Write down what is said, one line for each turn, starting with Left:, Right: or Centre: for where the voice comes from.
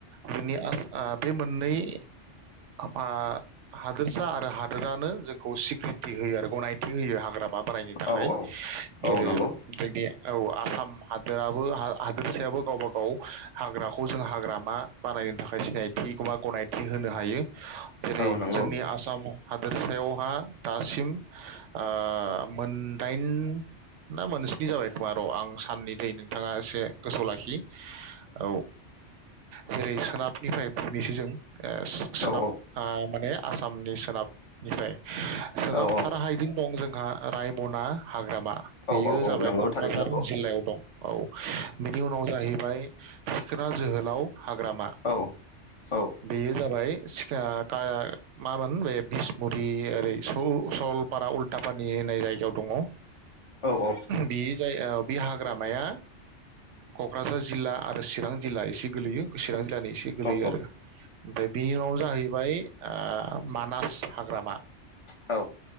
Right: बेनि आसा ओ बे मोननै ओ हादोरसा आरो हादोरानो जोंखौ सिक्रिथि होयो आरो गनायथि होयो हाग्रामा बानायनो थाखाय
Left: औ औ
Right: जेरै
Left: नंगौ
Right: जोंदि औ आसाम हादोराबो हा हादोरसायाबो गावबा गाव हाग्राखौ जों हाग्रामा बानायनो थाखाय सिनायथि एबा गनाय थि होनो हायो जेरै
Left: औ नंगौ
Right: जोंनि आसामाव हादोरसायावहा दासिम ओ मोनदाइन ना मोनस्नि जाबाय खोमा र आं साननि दै नोंथाङा एसे गोसोआव लाखि औ जेरै सोनाबनिफ्राय फैनोसै जों ओ सो सोनाब
Left: औ
Right: ओ माने आसामनि सोनाबनिफ्राय सोनाबथाराहायदिं
Left: औ
Right: दं जोंहा रायमना हाग्रामा बेयो
Left: औ औ औ
Right: जाबाय
Left: नंगौ
Right: कक्राझार
Left: थारैनो नंगौ
Right: जिल्लायाव दं औ बिनि उनाव जाहै फ्राय सिखोना जोहोलाव हाग्रामा
Left: औ औ
Right: बेयो जाबाय सिख ओ खा मामोन बे बिसमुरि ओरै सल-सलपारा उल्टापानि होननाय जायगायाव दङ।
Left: औ औ
Right: बि जाय ओ बे हाग्रामाया कक्राझार जिल्ला आरो चिरां जिल्ला एसे गोलैयो गोसोया जिलानि एसे गोलैयो
Left: औ
Right: आरो ओमफ्राय बिनि उनाव जाहैबाय ओ मानास हाग्रामा
Left: औ